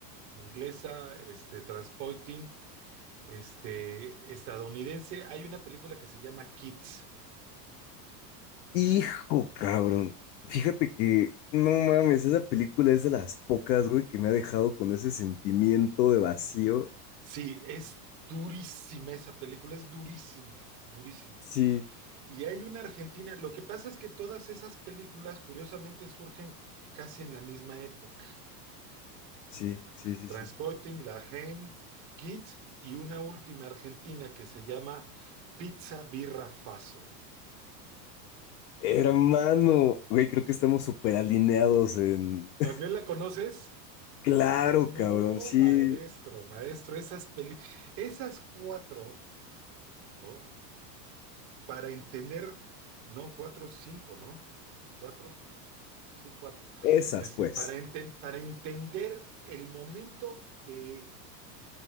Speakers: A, on the right (about 35°); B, on the left (about 85°).
A: inglesa, este, Transporting, este, estadounidense. Hay una película que se llama Kids.
B: Hijo, cabrón. Fíjate que, no mames, esa película es de las pocas, güey, que me ha dejado con ese sentimiento de vacío.
A: Sí, es durísima esa película, es durísima, cabrón, durísima.
B: Sí,
A: Y hay una argentina, lo que pasa es que todas esas películas, curiosamente, surgen casi en la misma época.
B: sí, sí, sí,
A: Transporting,
B: sí.
A: La Haine, Kids y una última argentina que se llama Pizza Birra Faso.
B: Hermano, güey, creo que estamos súper alineados en... <laughs>
A: ¿También la conoces?
B: Claro,
A: No,
B: cabrón, sí,
A: maestro, maestro, esas peli, esas cuatro, oh, para entender, no, cuatro, cinco, ¿no? Cuatro, sí, cuatro.
B: esas
A: Este,
B: pues.
A: para enten- para entender el momento de